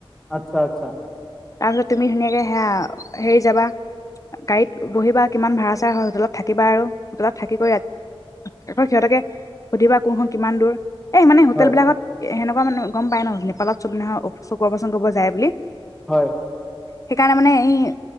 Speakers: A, in the centre; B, on the left.
A: আচ্ছা আচ্ছা।
B: তাৰপিছত তুমি ধুনীয়াকে সেয়া হেৰি যাবা গাড়ীত বহিবা কিমান ভাড়া-চাৰা হয় হোটেলত থাকিবা আৰু। হোটলত থাকি কৰি ৰা আকৌ সিহঁতকে সুধিবা কোনখন কিমান দূৰ? এই মানে হোটেল
A: হয়
B: বিলাকত সেনেকুৱা মানুহ গম পায় ন'! নেপালত চব <unintelligible> চকু অপাৰেচন কৰিব যায় বুলি।
A: হয়।
B: সেইকাৰণে মানে এই